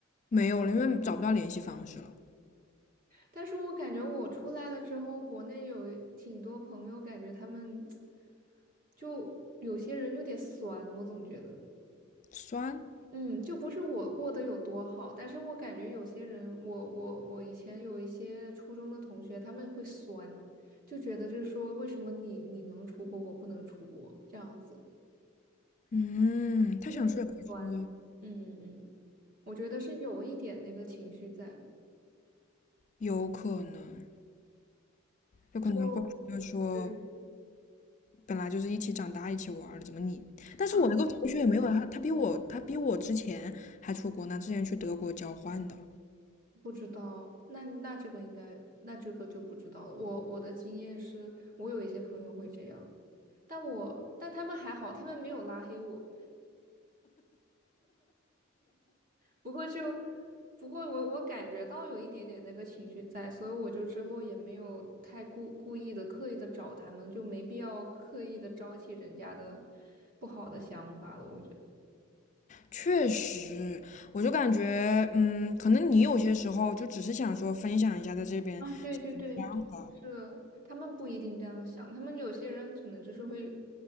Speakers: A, on the left; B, on the right.
A: 没有了，因为找不到联系方式了，
B: 但是我感觉我出来了之后，国内有挺多朋友，感觉他们 <tsk> 就有些人有点酸，我总觉得。
A: 酸。
B: 嗯，就不是我过得有多好，但是我感觉有些人，我我我以前有一些初中的同学，他们会酸，就觉得就是说，为什么你你能出国，我不能出国这样子，
A: 嗯，他想说也可以说，
B: 就是那种酸。嗯嗯，我觉得是有一点那个情绪在，
A: 有可能，有可能会就得说，
B: 就对
A: 本来就是一起长大、一起玩儿的，怎么你？但是我那个同学也没有他，
B: 啊，对，
A: 他比我他比我之前还出国呢，之前去德国交换的，
B: 不知道，那那这个应该，那这个就不知道了。我我的经验是，我有一些朋友会这样，但我但他们还好，他们没有拉黑我。不过就，不过我我感觉到有一点点那个情绪在，所以我就之后也没有太故故意的刻意的找他们，就没必要刻意的招起人家的不好的想法了。我觉得
A: 确实，我就感觉，嗯，可能你有些时候就只是想说分享一下在这边，
B: 啊，对对对对，
A: 啊，
B: 是他们不一定这样想，他们有些人可能就是会